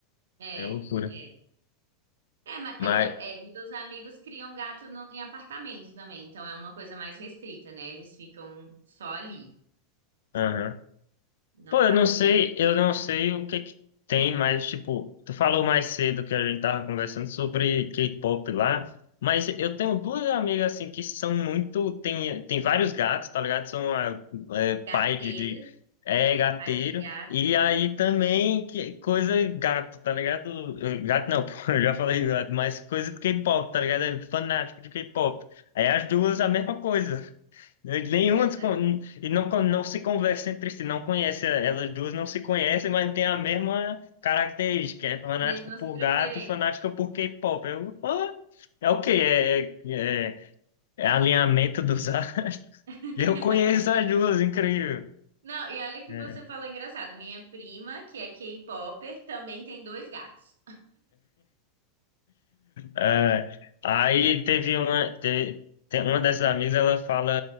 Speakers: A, on the right; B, on the left.
A: É,
B: É loucura.
A: é. É, mas
B: Mas,
A: é, por- é, meus amigos criam gato no- em apartamento também, então é uma coisa mais restrita, né? Eles ficam só ali,
B: aham.
A: não
B: Pô,
A: passeiam.
B: eu não sei, eu não sei o que que tem, mas tipo, tu falou mais cedo que a gente tava conversando sobre K-pop lá, mas eu tenho duas amigas assim que são muito, tem, tem vários gatos, tá ligado? São ah, é, pai
A: Gateiras,
B: de, de é gateiro,
A: ai de gato,
B: e aí também que coisa gato, tá ligado? Eh, Gato não, <laughs> pô, eu já falei gato, mas coisa de K-pop, tá ligado? É fanático de K-pop. Aí as duas a mesma coisa. Nenhuma
A: pois
B: se
A: é.
B: con- e não, con- não se conversa entre si, não conhece, elas duas não se conhecem, mas tem a mesma característica, é fanática
A: Mesmas
B: por
A: preferências.
B: gato e fanática por K-pop. Eu, ah, é o quê? É, é, é é alinhamento dos astros. <laughs>
A: <laughs>
B: Eu conheço as duas, incrível.
A: Não, e olha que
B: É,
A: você falou engraçado. Minha prima, que é K-popper, também tem dois gatos.
B: é, aí teve uma, te- te- uma dessas amigas, ela fala,